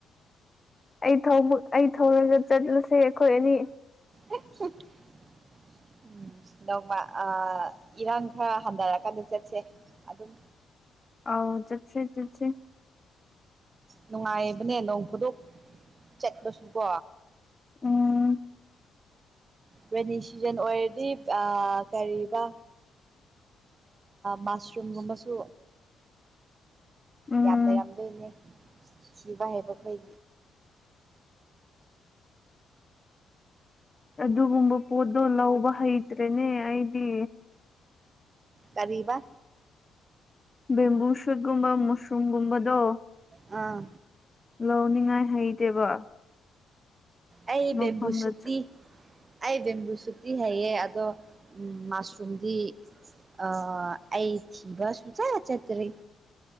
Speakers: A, on the left; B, on the right.
A: ꯑꯩ ꯊ ꯑꯩ ꯊꯧꯔꯒ ꯆꯠꯂꯁꯦ ꯀꯣꯏꯅꯤ
B: ꯎꯝ ꯅꯧꯕ ꯏꯔꯥꯡ ꯈꯔ ꯍꯟꯊꯔꯀꯥꯟꯗ ꯆꯠꯁꯦ ꯑꯗꯨꯝ
A: ꯑ ꯆꯠꯁꯤ ꯆꯠꯁꯤ
B: ꯅꯨꯡꯉꯥꯏꯕꯅꯦ ꯅꯣꯡꯐꯨꯗꯣꯛ ꯆꯠꯄꯁꯨꯀꯣ
A: ꯎꯝ
B: ꯔꯦꯅꯤ ꯁꯤꯖꯟ ꯑꯣꯏꯔꯗꯤ ꯀꯔꯤꯕ ꯃꯁꯔꯨꯝꯒꯨꯝꯕꯁꯨ
A: ꯎꯝ
B: ꯌꯥꯝꯅ ꯌꯥꯝꯗꯣꯏꯅꯦ ꯁꯤꯕ ꯍꯦꯕ ꯀꯣꯏ
A: ꯑꯗꯨꯒꯨꯝꯕ ꯄꯣꯠꯇꯣ ꯂꯧꯕ ꯍꯩꯇ꯭ꯔꯦꯅꯦ ꯑꯩꯗꯤ
B: ꯀꯔꯤꯕ
A: ꯕꯦꯝꯕꯨ ꯁꯨꯠꯀꯨꯝꯕ ꯃꯁꯔꯨꯝꯒꯨꯝꯕꯗꯣ
B: ꯑꯥ
A: ꯂꯧꯅꯤꯡꯉꯥꯏ ꯍꯩꯇꯦꯕ
B: ꯑꯩ
A: ꯃꯐꯝꯗ
B: ꯕꯦꯝꯕꯨ ꯁꯇꯤ ꯑꯩ ꯕꯦꯝꯕꯨ ꯁꯨꯛꯇꯤ ꯍꯩꯌꯦ ꯑꯗꯣ ꯎ ꯃꯁꯔꯨꯝꯗꯤ ꯑ ꯑꯩ ꯊꯤꯕ ꯁꯨꯡꯆ ꯆꯠꯇ꯭ꯔꯔꯤ